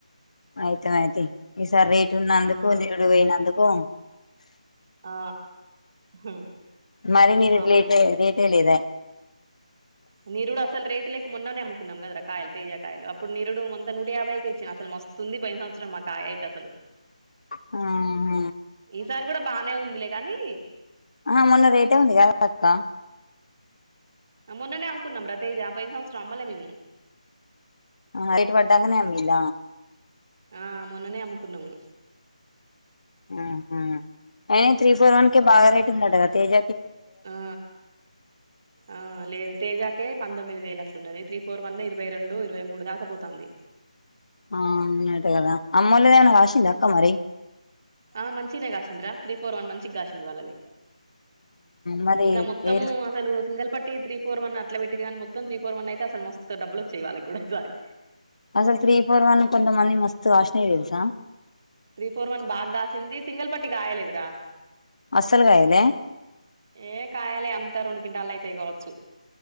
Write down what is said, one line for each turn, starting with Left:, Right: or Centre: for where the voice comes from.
Left: ఐతేపాయతీ ఈసారి రేటు ఉన్నందుకు
Right: ఆ
Left: నిరుడు పోయినందుకు
Right: ఆ హ్మ్
Left: మరి నీరు
Right: మామూలుగా
Left: రెటే రేటే లేదా
Right: నీరుడు అసలు రేటు లేక మొన్ననే అమ్ముకున్నాం కదారా కాయలు తేజా కాయలు అప్పుడు నీరుడు అంత నూ ట యాభైకే ఇచ్చిన అసలు మస్తుంది పోయిన సంవత్సరం మా కాయ అయితే అసలు
Left: ఆ
Right: ఈసారి కూడా బానే ఉందిలే గానీ
Left: ఆ మొన్న రేటే ఉంది కదా అక్క
Right: మొన్ననే అమ్ముకున్నాం ర తేజ పోయిన సంవత్సరం అమ్మలే మేము
Left: రేటు పడంకనే అమ్మిల్ల
Right: ఆ మొన్ననే అమ్ముకున్నాము
Left: ఆహ అయిన త్రీ ఫోర్ వన్ కే బాగా రేట్ ఉందట గా తేజ
Right: ఆ ఆ లేదు తేజా పంతొమ్మిది వేల అట్లున్నది త్రీ ఫోర్ వన్ ఇరవై రెండు ఇరవై మూడు దాకపోతాంది
Left: ఆ అటుగాదా అమ్మోలదేమైన కాషింద అక్క మరి
Right: ఆ మంచినే కాసిందిరా త్రీ ఫోర్ వన్ మంచి కాసింది వాళ్ళది
Left: మరి
Right: ఇంకా మొత్తము
Left: ఏ
Right: అసలు సింగల్పట్ త్రీ ఫోర్ వన్ అట్లా పెట్టిది కానీ మత్తం తీ ఫోర్ వన్ అయితే అసలు మస్తు డబులు వచ్చేవి వాళకి కూడా ఈసారి
Left: అసలు త్రీ ఫోర్ వన్ కొంత మంది మస్తు కాశినై తెలుసా
Right: త్రీ ఫోర్ వన్ బాగాకసింది సింగల్ పట్టి కాయలేదురా
Left: అసలు కాయాలె
Right: ఏ కాయాలే అంతా రెండు కింటాలు అయితయి కావచ్చు